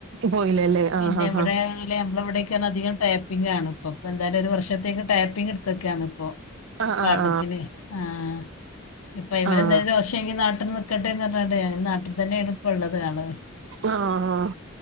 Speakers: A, on the right (about 60°); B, on the left (about 85°).
A: പോയില്ലല്ലേ
B: പിന്നെ
A: ആഹ് ആഹ്
B: ഇവിടെ നമ്മള ഇവിടൊക്ക അധികം ടാ ടാപ്പിംഗാണ് ഇപ്പൊ എന്താലും ഒരു വർഷത്തേക്ക് ടാപ്പിംഗ് എടുത്ക്കണ് ഇപ്പോ
A: ആഹ്
B: പാട്ടത്തിന്
A: ആഹ്
B: ആഹ് ഇപ്പ അയ്മലെന്തേലും
A: ആഹ് ആഹ്
B: ദോഷങ്കി നാട്ടില് നിക്കട്ടെന്ന് അതെ നാട്ടിൽ തന്നെയാണ് ഇപ്പ ഉള്ളത് ആള്
A: ആഹ്